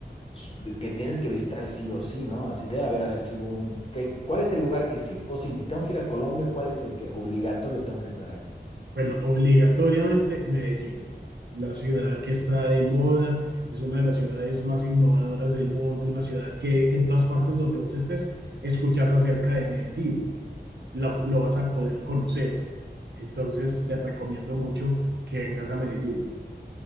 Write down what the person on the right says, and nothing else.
Bueno, obligatoriamente Medellín, la ciudad que está de moda, es una de las ciudades más innovadoras del mundo, una ciudad que en todas partes donde vos estés escuchas acerca de Medellín, lo, lo vas a poder conocer. Entonces te recomiendo mucho que vengas a Medellín.